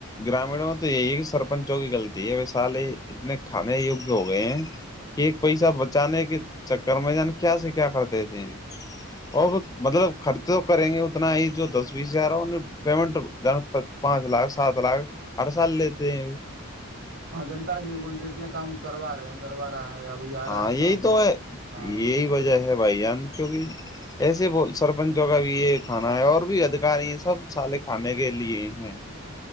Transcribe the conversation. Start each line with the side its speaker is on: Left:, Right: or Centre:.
Left: گرامیڑوں میں تو یہی ہے کہ سرپنچوں کیغطی ہے و سال ہی اتنے کھانے یوگیہ ہو گئے ہیں کہ ایک پیسہ بچانے کے چکر میں جان کیا سے کیا کرتے تھے اور مطلب خرچ تو کریں گے اتنا ہی جو دس بیس ہزار ہو پیمنٹ پانچ لاکھ سات لاکھ ہر سال لیتے ہیں
Right: ہاں جنتا جی بول دیتے ہیں کام کروا رہے ہیں کروا رہا ہے ابھی آ
Left: ہاں
Right: رہا ہے
Left: یہی
Right: کام
Left: تو ہے
Right: ہاں
Left: یہی وجہ ہے بھائی جان کیونکہ ایسے ب سرپنچوں کا بھی یہ کھانا ہے اور بھی ادھاری ہیں سب سالے کھانے کے لیے ہیں